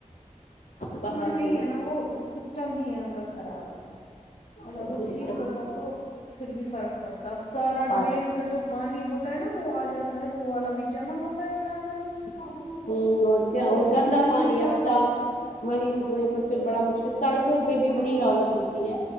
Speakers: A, on the left; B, on the left.
A: اصل
B: باہر
A: میں نہیں
B: بھی
A: ہے نا وہ سسٹم ہی یہاں کا خراب ہے اگر
B: صحیح
A: وہ ٹھیک
B: ہے
A: ہوتا تو پھر بھی فرق پڑتا اب سارا
B: پڑھ
A: ڈرین کا جو پانی ہوتا ہے نا وہ آ جاتا ہے وہ والا بھی جمع ہوتا ہے فراننگن میں
B: امم اور کیا
A: وہ
B: اور
A: تو
B: گندا
A: نکل
B: پانی
A: ہی نہیں پاتا
B: اب صاف
A: ہے
B: وہی تو وہی تو پھر بڑا مشکل سڑکوں پہ بھی وہی حالت ہوتی ہے